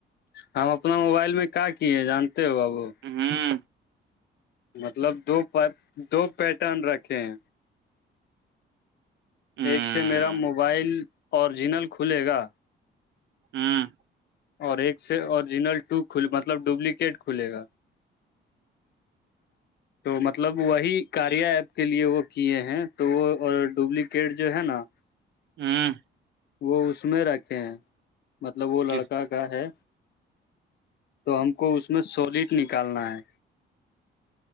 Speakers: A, on the left; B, on the right.
A: ہم اپنا موبائل میں کیا کیے جانتے ہو بابو
B: ہوں
A: مطلب دو دو پیٹرن رکھے ہیں
B: ہوں
A: ایک سے میرا موبائل اوریجنل کھلے گا
B: ہاں
A: اور ایک سے اوریجنل ٹو کل مطلب ڈوپلیکیٹ کھلے گا <inaudible> تو مطلب وہی کاریا ایپ کے لیے وہ کیے ہیں تو وہ اور ڈپلیکیٹ جو ہے نا
B: ھمم
A: وہ اس میں رکھے ہیں مطلب وہ
B: کس
A: لڑکا کا ہے تو ہم کو اس میں سالڈ نکالنا ہے